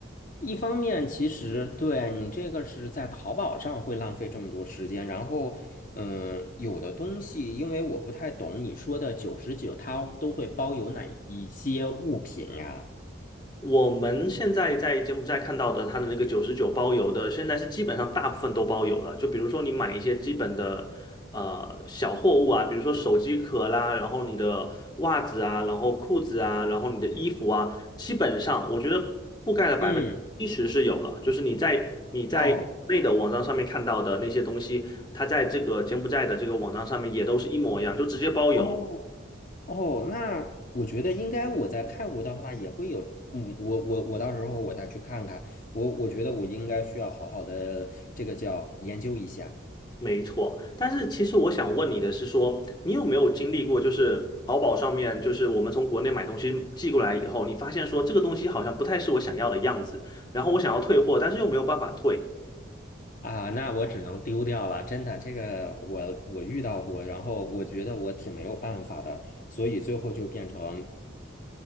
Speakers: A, on the left; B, on the left.
A: 一方面，其实对你这个是在淘宝上会浪费这么多时间，然后，嗯，有的东西因为我不太懂你说的九十九，它都会包邮哪一些物品呀？
B: 我们现在在柬埔寨看到的，它的那个九十九包邮的，现在是基本上大部分都包邮了。就比如说你买一些基本的呃小货物啊，比如说手机壳啦，然后你的袜子啊，然后裤子啊，然后你的衣服啊，基本上我觉得覆盖了百分之七十是有了。
A: 嗯，
B: 就是你在你在国内的网站上面看到的那些东西，
A: 哦
B: 它在这个柬埔寨的这个网站上面也都是一模一样，就直接包邮。
A: 哦哦，那我觉得应该我在泰国的话也会有，嗯，我我我到时候我再去看看，我我觉得我应该需要好好的这个叫研究一下。
B: 没错，但是其实我想问你的是说，你有没有经历过，就是淘宝上面，就是我们从国内买东西寄过来以后，你发现说这个东西好像不太是我想要的样子，然后我想要退货，但是又没有办法退，
A: 啊，那我只能丢掉了，真的，这个我我遇到过，然后我觉得我挺没有办法的，所以最后就变成